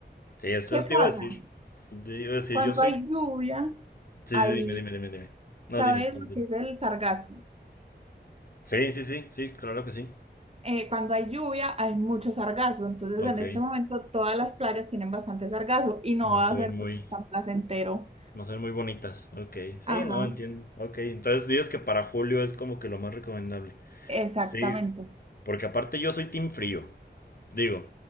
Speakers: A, on the left; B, on the right.
A: Sí, eso
B: ¿Qué
A: eso
B: pasa?
A: te iba a decir. Te iba a decir,
B: Cuando
A: yo soy...
B: hay lluvia,
A: Sí,
B: hay,
A: sí, dime, dime, dime, dime. No,
B: ¿sabes
A: dime. continúa.
B: lo que es el sargazo?
A: Sí, sí, sí, sí, claro que sí.
B: eh, cuando hay lluvia hay mucho sargazo, entonces
A: Ok,
B: en este momento todas las playas tienen bastante sargazo y no
A: no
B: va
A: se
B: a
A: ven
B: ser
A: muy...
B: pues, tan placentero.
A: No son muy bonitas. Ok. Sí,
B: Ajá,
A: no, entiendo. Ok. Entonces dices que para julio es como que lo más recomendable.
B: exactamente.
A: Sí, porque aparte yo soy team frío. Digo,